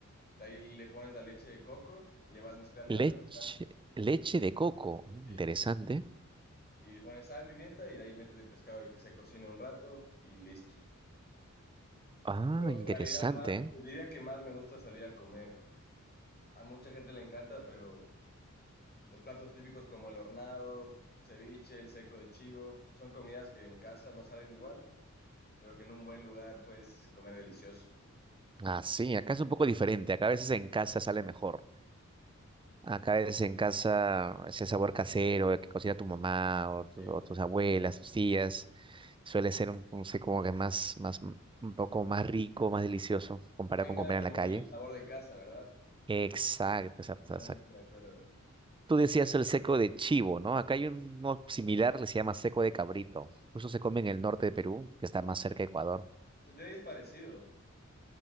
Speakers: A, on the left; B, on the right.
A: de ahí le pones la leche de coco, le vas mezclando
B: Leche,
A: y vas mezclando.
B: leche de coco,
A: Sí.
B: interesante.
A: Y le pones sal, pimienta y de ahí metes el pescado y que se cocine un rato y listo.
B: Ah,
A: Pero en
B: interesante.
A: realidad más, te diría que más me gusta salir a comer. A mucha gente le encanta, pero los platos típicos como el hornado, ceviche, el seco de chivo, son comidas que en casa no salen igual, pero que en un buen lugar puedes comer delicioso.
B: Ah, sí, acá es un poco diferente. Acá a veces en casa sale mejor. Acá a veces en casa ese sabor casero que cocina tu mamá o, tu-
A: Bien.
B: o tus abuelas, tus tías, suele ser un, no sé, como que más, más, un poco más rico, más delicioso comparado
A: No hay nada
B: con comer
A: como
B: en la calle.
A: el sabor de casa, ¿verdad?
B: Exacto, exacto,
A: Totalmente de acuerdo.
B: Tú decías el seco de chivo, ¿no? Acá hay uno similar, le se llama seco de cabrito. Eso se come en el norte de Perú, que está más cerca de Ecuador.
A: Tu día es parecido,